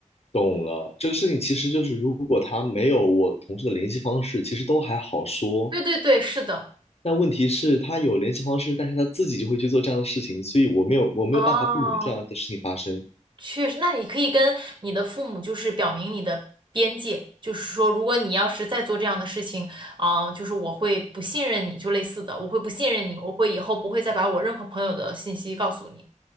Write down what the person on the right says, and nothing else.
对对对，是的。
哦。确实，那你可以跟你的父母就是表明你的边界，就是说，如果你要是再做这样的事情，啊、就是我会不信任你，就类似的，我会不信任你，我会以后不会再把我任何朋友的信息告诉你。